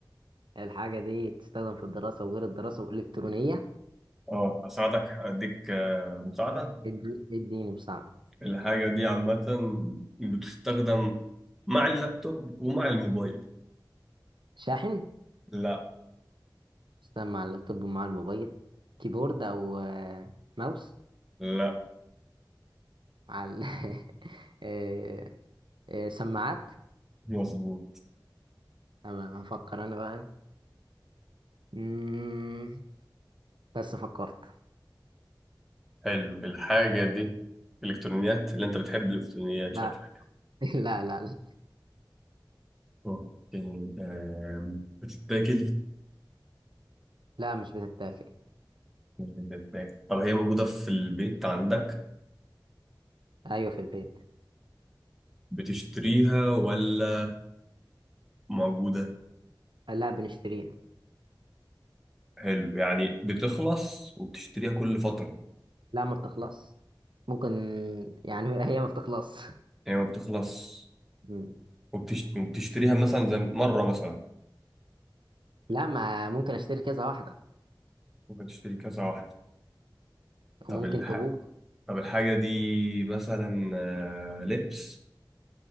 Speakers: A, on the right (about 75°); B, in the centre.
A: الحاجة دي بتستخدم في الدراسة وغير الدراسة وإلكترونية
B: اه اساعدك اديك آه، مساعده
A: ادي- اديني مساعدة
B: الحاجه دي عامه بتستخدم مع اللابتوب ومع الموبايل
A: شاحن
B: لا
A: تشتغل مع اللابتوب ومع الموبايل كيبورد او آه، ماوس
B: لا
A: مع ال... <laughs> آه، آه، سماعات
B: مظبوط
A: انا هفكر انا بقى مم، بس فكرت
B: حلو الحاجه دي الكترونيات اللي انت بتحب الالكترونيات
A: لا
B: شكلك
A: <laughs> لا لا لا
B: اوكي آم، بتتاكل
A: لا، مش بتتاكل
B: بتتاكل طب هي موجوده في البيت عندك
A: ايوه في البيت
B: بتشتريها ولا موجوده
A: لا بنشتريها
B: حلو يعني بتخلص وبتشتريها كل فتره يعني
A: لا ما بتخلص ممكن <laughs> يعني هي ما بتخلص
B: هي ما بتخلص
A: مم.
B: وبتشت- وبتشتريها مثلا زي مره مثلا
A: لا ما ممكن اشتري كذا واحده
B: ممكن تشتري كذا واحدة طب
A: وممكن
B: الح...
A: تبوظ
B: طب الحاجة دي مثلا آه، لبس